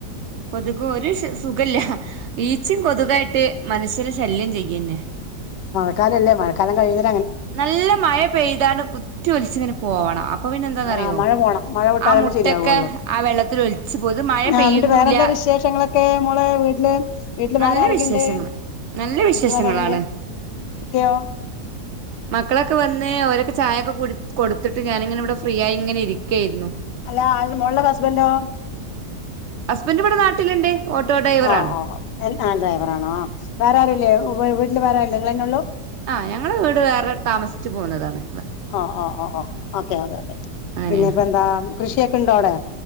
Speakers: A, on the right; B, on the left.
A: കൊതുക്കും ഒരു സുഖല്ല ഈച്ചും കൊതുവായിട്ട് മനുഷ്യരെ ശല്യം ചെയ്യന്നെ
B: മക്കാലല്ല മഴക്കാലം കഴിയുന്ന
A: നല്ല മഴ പെയ്താണ് കുത്തി ഒലിച്ചിങ്ങനെ പോവണം അപ്പോ പിന്നെ എന്താന്ന
B: ആ
A: അറിയോ?
B: മഴ പോണം മഴ വിട്ടാൽ
A: ആ
B: തന്നെ
A: മുട്ടൊക്കെ
B: ശരിയാവുള്ളൂ
A: ആ വെള്ളത്തിൽ ഒലിച്ചു പോത് മഴ
B: ആ
A: പെയ്യുന്നുല്ല.
B: എന്നിട്ട് വേറെന്താ വിശേഷങ്ങളൊക്കെ മോളെ വീട്ടില് വീട്ടില്
A: നല്ല
B: വേറെ ആരൊക്കെ
A: വിശേഷങ്ങള്
B: ഉണ്ട്
A: നല്ല വിശേഷങ്ങളാണ്.
B: വീട്ടില് വേറെ ആരുണ്ട് ഇക്കയോ
A: മക്കളൊക്കെ വന്നേ ഓരൊക്കെ ചായൊക്കെ കൊടുത്തിട്ട് ഞാനിങ്ങനെ ഇവിടെ ഫ്രീ ആയി ഇങ്ങനെ ഇരിക്കായിരുന്നു
B: അല്ല ആ മോളുടെ ഹസ്ബൻഡോ
A: ഹസ്ബന്റ് ഇവിടെ നാട്ടിലുണ്ട് ഓട്ടോ ഡ്രൈവർ
B: ആ
A: ആണ്
B: ഓ ആ ഡ്രൈവറാണോ വേറെ ആരൂല്ലേ വീട്ടില് വേറാരൂല്ലേ നിങ്ങളന്നെ ഉള്ളൂ
A: ആഹ് ഞങ്ങള് വീട് വേറെ താമസിച്ചു പോന്നതാണ്
B: ആ ആ ആ ആ ഓക്കെ ഓക്കെ ഓക്കെ
A: അങ്ങനെയാണ്
B: പിന്നെപ്പോ എന്താ കൃഷിയൊക്കെ ഉണ്ടോ അവിടെ